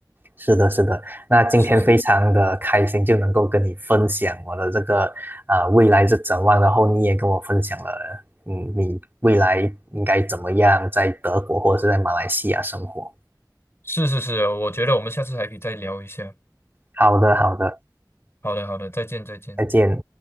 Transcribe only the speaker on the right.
是的，是的。那今天非常的开心，
就能够跟你分享我的这个啊、呃未来是展望，然后你也跟我分享了，嗯，你未来应该怎么样在德国或者是在马来西亚生活。
好的，好的，
再见。